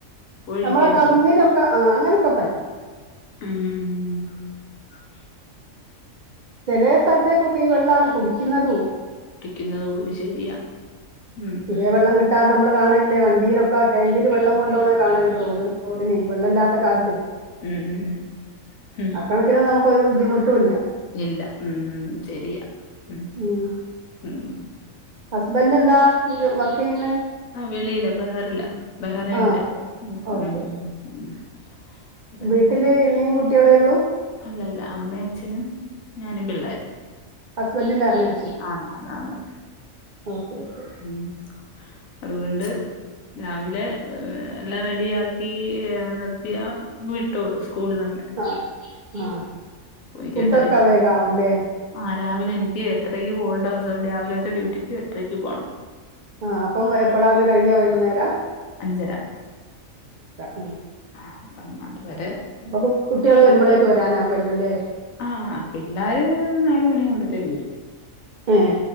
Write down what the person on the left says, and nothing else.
പോഴിക്കരുത്.
ഉം
കുടിക്കുന്നത് പോലു ശരിയാ ഉം
ഉം ഉം ഉം
ഇല്ല ഉം ശരിയാ ഉം.
ഉം.
ആഹ്. വെളിയിലാ ബഹറിലാ. ബഹറയിനിലാ.
ഉം. ഉം. ഇവിടെ
അല്ലല്ല അമ്മയുച്ഛനും ഞാനും പിള്ളേരും.
ആന്നാന്നാന്ന്‌.
ഉം. അതുകൊണ്ട് രാവിലെ എല്ലാം റെഡി ആക്കി ഏ ത്തിയ വിട്ടോള്ളൂ സ്കൂളിലെന്നെ.
എനിക്ക്
എട്ടരക്ക്
ആ രാവിലെ എനിക്ക് എട്ടരയ്ക്ക് പോകേണ്ട ദേവസം രാവിലത്തെ ഡ്യൂട്ടിക്ക് എട്ടരയ്ക്ക് പോകണം.
അഞ്ചര
അപ്പം അതുവരെ
ആഹ് പിള്ളേർ നാല് മണിയാവുമ്പോഴത്തേന് വരും.